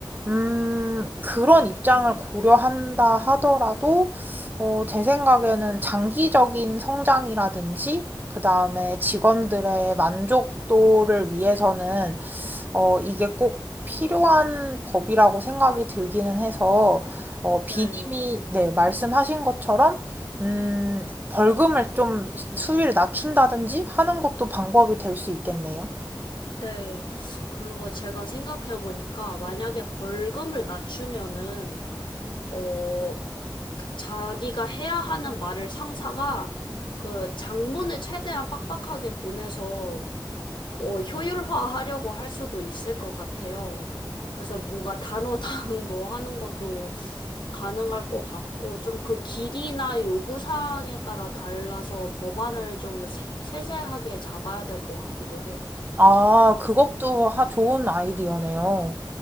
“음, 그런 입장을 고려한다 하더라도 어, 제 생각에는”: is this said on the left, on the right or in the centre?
Right